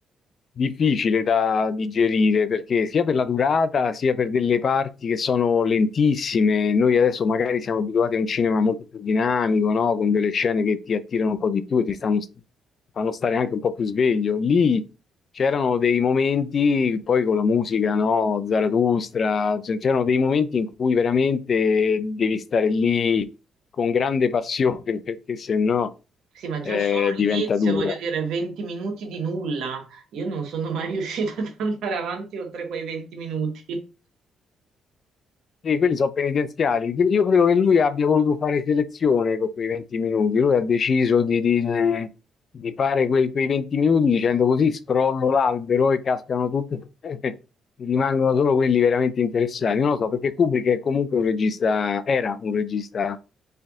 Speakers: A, on the left (about 50°); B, on the right (about 75°).
A: difficile da digerire perché sia per la durata sia per delle parti che sono lentissime. Noi adesso magari siamo abituati a un cinema molto più dinamico, no? Con delle scene che ti attirano un po' di più e ti stanno, fanno stare anche un po' più sveglio. Lì c'erano dei momenti, poi con la musica, no? Zarathustra, cioè, c'erano dei momenti in cui veramente devi stare lì con grande passione, <laughs> perché se no
B: Sì, ma già
A: eh,
B: solo
A: diventa
B: l'inizio,
A: dura.
B: voglio dire, 20 minuti di nulla. Io non sono mai riuscita ad andare avanti oltre quei 20 minuti.
A: Sì, quelli sono penitenziali. Io credo che lui abbia voluto fare selezione con quei 20 minuti. Lui ha deciso di, di- eh, di fare quei, quei 20 minuti dicendo così scrollo l'albero e cascano tutti, <laughs> e rimangono solo quelli veramente interessati. Non lo so, perché Kubrick è comunque un regista, era un regista